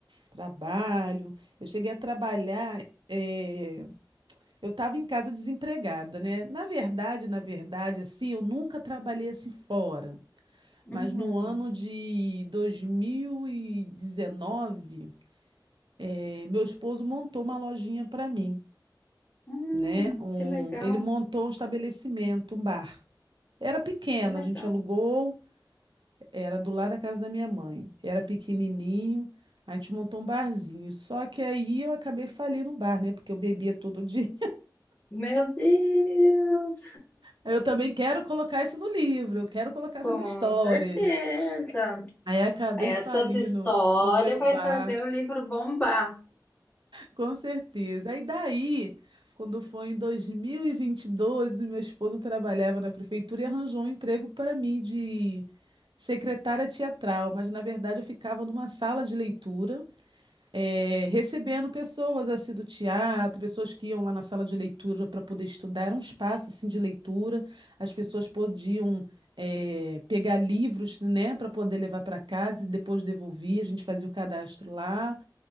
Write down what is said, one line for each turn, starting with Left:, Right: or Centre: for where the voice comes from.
Right: trabalho. Eu cheguei a trabalhar. eh, Eu estava em casa desempregada, né? Na verdade, na verdade, assim, eu nunca trabalhei assim fora.
Left: Uhum.
Right: Mas no ano de 2019, eh, meu esposo montou uma lojinha para mim,
Left: Hum,
Right: né? Um,
Left: que legal,
Right: ele montou um estabelecimento, um bar. Era pequeno,
Left: que legal.
Right: a gente alugou, era do lado da casa da minha mãe. Era pequenininho, a gente montou um barzinho. Só que aí eu acabei falindo no bar, né? Porque eu bebia todo dia.
Left: Meu Deus,
Right: Eu também quero colocar isso no livro, eu quero
Left: <laughs>
Right: colocar
Left: com
Right: essas histórias.
Left: certeza.
Right: Aí acabei
Left: Essas
Right: falindo
Left: histórias
Right: o meu
Left: vai
Right: bar,
Left: fazer o livro bombar.
Right: com certeza. Aí daí, quando foi em 2022, meu esposo trabalhava na prefeitura e arranjou um emprego para mim de secretária teatral, mas na verdade eu ficava numa sala de leitura é, recebendo pessoas assim do teatro, pessoas que iam lá na sala de leitura para poder estudar, era um espaço assim de leitura, as pessoas podiam é, pegar livros, né, para poder levar para casa e depois devolver, a gente fazia o cadastro lá.